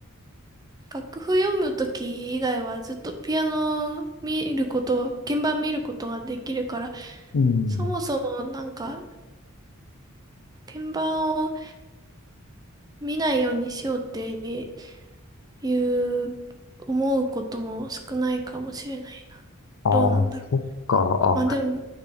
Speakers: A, on the right; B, on the left.
A: 楽譜読むとき以外はずっとピアノ見ることは、鍵盤見ることができるから、
B: うん。
A: そもそもなんか鍵盤を見ないようにしようっていう思うことも少ないかもしれないな。
B: ああそっか。
A: どうなんだろう。まあでも、
B: あ、